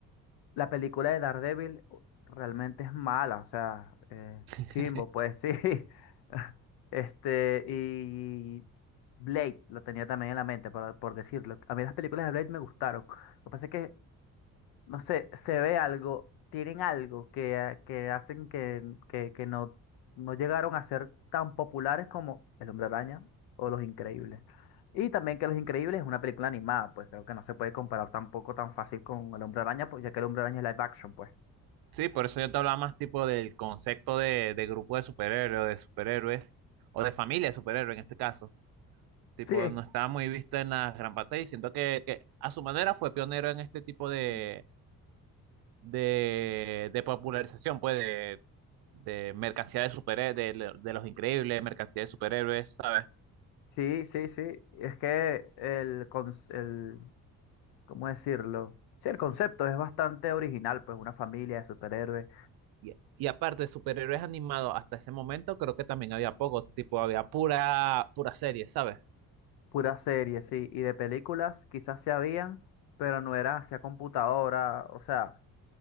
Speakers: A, on the left; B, on the right.
A: la película de Daredevil realmente es mala, o sea, eh,
B: <laughs>
A: chimbo, pues sí. <laughs> Este, y Blade, lo tenía también en la mente, por, por decirlo. A mí las películas de Blade me gustaron. Lo que pasa es que no sé, se ve algo, tienen algo que, eh, que hacen que, que, que no, no llegaron a ser tan populares como El Hombre Araña o Los Increíbles. Y también que Los Increíbles es una película animada, pues creo que no se puede comparar tampoco tan fácil con El Hombre Araña, pues, ya que El Hombre Araña es live action, pues.
B: Sí, por eso yo te hablaba más tipo del concepto de, de grupo de superhéroes, o de superhéroes, o de familia de superhéroes en este caso. Tipo,
A: Sí, es-
B: no estaba muy vista en las gran pantalla y siento que, que a su manera fue pionero en este tipo de,
A: Mm.
B: de, de popularización, pues, de, de mercancía de superhéroes, de, lo- de los increíbles, mercancía de superhéroes, ¿sabes?
A: sí, sí, sí, es que el, cons- el, ¿cómo decirlo? Sí, el concepto es bastante original, pues una familia de superhéroes.
B: Y, y aparte de superhéroes animados, hasta ese momento creo que también había pocos, tipo, había pura, pura serie, ¿sabes?
A: Pura serie, sí. Y de películas quizás se habían, pero no eran hacia computadora. O sea,